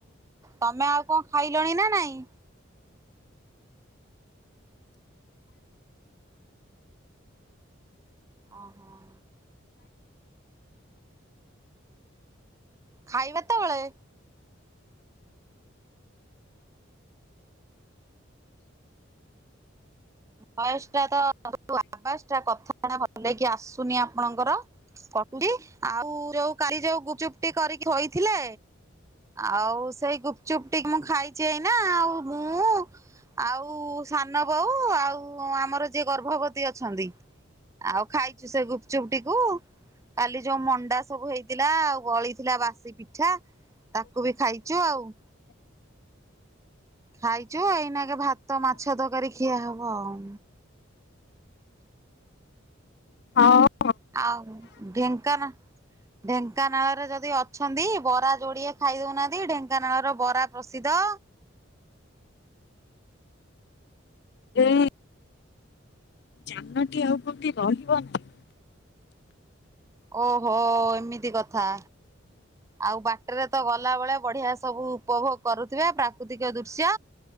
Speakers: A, on the right; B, on the left.
A: ତମେ ଆଉ କଁ ଖାଇଲଣି ନା ନାଇଁ? ଅଁହଁ। ଖାଇବା ତେବେଳେ? ଭୟସ୍ ଟା ତ <inaudible> ଆବାଜ୍ ଟା କଥା <inaudible> ଭଲ କି ଆସୁନି ଆପଣଙ୍କର। କଟୁ <unintelligible> ଆଉ ଯୋଉ କାଲି ଯୋଉ ଗୁପଚୁପଟି କରିକି ଥୋଇଥିଲେ ଆଉ ସେଇ ଗୁପ୍ ଚୁପ୍ ଟି ମୁଁ ଖାଇ ଚି ଏଇନା ଆଉ ମୁଁ ଆଉ ସାନ ବୋଉ, ଆ ଆଉ ଆମର ଯିଏ ଗର୍ଭବତୀ ଅଛନ୍ତି, ଆଉ ଖାଇଚୁ ସେ ଗୁପ୍ ଚୁପ୍ ଟିକୁ। କାଲି ଯୋଉ ମଣ୍ଡା ସବୁ ହେଇଥିଲା, ଆଉ ବଳିଥିଲା ବାସି ପି ଠା ତାକୁ ବି ଖାଇଚୁ ଆଉ। ଖାଇଚୁ ଏଇନାଗେ ଭାତ ମାଛ ତକାରୀ ଖିଆ ହବ ଆଉଁ।
B: <unintelligible>
A: ଆଉ ଢେଙ୍କାନା ଢେଙ୍କାନାଳରେ ଯଦି ଅଛନ୍ତି ବରା ଯୋଡିଏ ଖାଇଦଉ ନାଆନ୍ତି ଢେଙ୍କାନାଳ ର ବରା ପ୍ରସିଦ।
B: ଏଇ ଯାନଟି ଆଉ କୋଉଟି ରହିବ ନା <unintelligible>
A: ଓହୋ ଏମିତି କଥା। ଆଉ ବାଟରେ ତ ଗଲାବେଳେ ବଢିଆ ସବୁ ଉପଭୋଗ୍ କରୁଥିବେ ପ୍ରାକୃତିକ ଦୃଶ୍ୟ